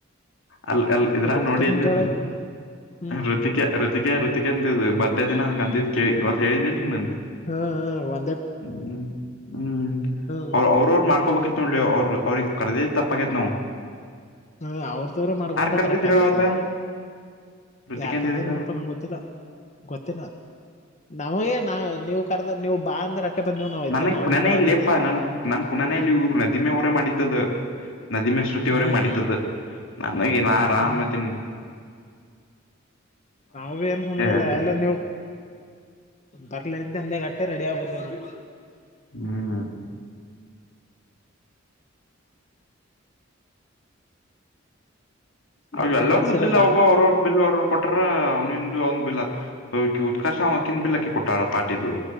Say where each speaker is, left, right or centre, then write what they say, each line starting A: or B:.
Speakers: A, on the left (about 80°); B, on the left (about 35°).
A: ಅಲ್ ಅಲ್ ಇದ್ರಾಗ
B: ರೊಟ್ಟಿನ
A: ನೋಡಿ ಇಲ್ಲಿನ್
B: ಕೇಳ
A: ನೀನಾ
B: ಆಕೆನು ಹ್ಮ್
A: ೃತಿಕೆ ೃತಿಕೆ ೃತಿಕ ಅಂತಿದ್ು ಬರ್ಡೇ ದಿನ ಹಂಗ ಅಂತಿದ್ದ್ ಕೇಳ ಗೊತ್ತ ಹೇಳಿದ್ದಿಂಗ ನನ್
B: ಹಾ ಒ
A: ಹ್ಮ್ ಹ್ಮ್ ಹ್ಮ್
B: ಹ್ಮ್
A: ಅವ ಅವ್ರ ಅವ್ರು ಮಾಡ್ಕೊಬೇಕಿತ್ತು ನೋಡಲಿ ಅವ್ರರು ಅವ್ರಿಗೆ ಕರ್ದಿ ತಪ್ಪ ಕೆತ್ನವು
B: ನ ಅವ್ರದವ್ರ ಮಾಡ್ಕೊಂಡ್ರೆ
A: ಕರ್ದಿದ್
B: ಕರೆಕ್ಟ್ ಆಗ್ತತದ
A: ಹೇಳವತ್ತ ಋತಿಕೆಂದ
B: ಯಾರ್ ಕರ್ದಾರ
A: ಇದಕ್ಕ
B: ಏನಪ್ಪಾ ನಂಗೆ ಗೊತ್ತಿಲ್ಲ ಗೊತ್ತಿಲ್ಲ ನಮಗೆ ನಾ ನೀವು ಕರ್ದ ನೀವು ಬಾ ಅಂದ್ರ ಅಟ್ಟೆ ಬಂದಿವ್ ನಾವ್ ಇಲ್ಲ
A: ನನಗ್
B: ನಾವೇ
A: ಕುಣನ
B: ಬರೋರೈತಿವಿ
A: ಇಲ್ಲೇಪ್ಪಾ ನನ್ ನನ್ ಕುಣನೆಯಲ್ಲಿ ಇವರು ನದಿಮೆ ಡೆ ಮಾಡಿದ್ದದ ನದಿಮೆ ಶ್ರುತವರೇ
B: ಹಾ
A: ಮಾಡತದ ನನಗ ನ ಆರಾಮ್ದನ್
B: ಹ್ಮ್ ನಾವು ಕುಣಿನೇ ಇಲ್ಲ
A: ಎದ್ದೆ
B: ಎಲ್ಲ ನಿವ್ತು ಬರ್ಲಿ ಅಂತ ಅಂದ ಮತ್ತೆ ರೆಡಿ ಆಗ ಬಂದೇ ನಾವು
A: ಹ್ಮ್ ಹ್ಮ ಅವ
B: ಮತ್ತ
A: ಎಲ್ಲರದ
B: ನಡ್ಸರ
A: ಬಿಲ್
B: ನಾ
A: ಅವ ಅವರವ ಬಿಲ್ ಅವರವರು ಕೊಟ್ರ ಅವ್ನಿಿಂದ ಅವಂದ್ ಬಿಲ್ಲ ಬ ಉತ್ಕರ್ಷ ಅವಕಿ ಬಿಿಲ್ಲಾಕ್ಕಿ ಕೊಟ್ಟಾರ ಪಾಟಿದು